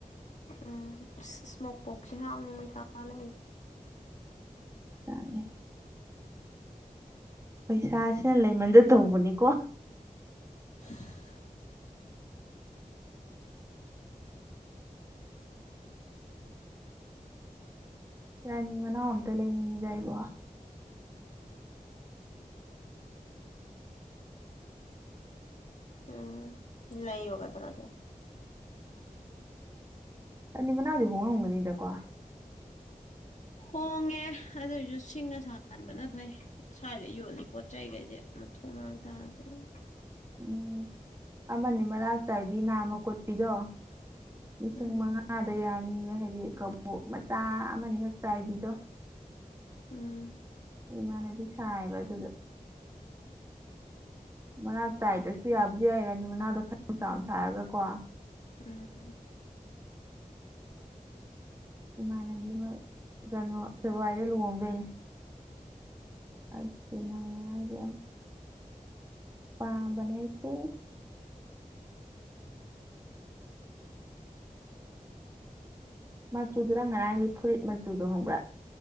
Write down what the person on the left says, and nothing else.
ꯎꯝ ꯏꯁꯃꯣꯛꯕꯣꯛꯁꯤꯦ ꯍꯥꯎꯅꯤꯡ ꯃꯩ ꯊꯥ ꯂꯩ
<unintelligible>
ꯎꯝ ꯏ ꯂꯩ ꯌꯒ ꯑꯗꯨ꯭ꯔꯒꯦ
ꯍꯣꯡꯉꯦ ꯑꯗꯨꯏꯁꯨ ꯁꯤꯡ ꯑꯁꯕꯅ ꯐꯩ ꯁ꯭ꯋꯥꯏꯗ ꯌꯣꯜꯂꯤ ꯄꯣꯠ ꯆꯩꯈꯩꯁꯦ ꯃꯊꯣꯡ ꯃꯔꯥꯡ ꯇꯥꯗꯅ ꯎꯝ
ꯎꯝ
ꯎꯝ
ꯎꯝ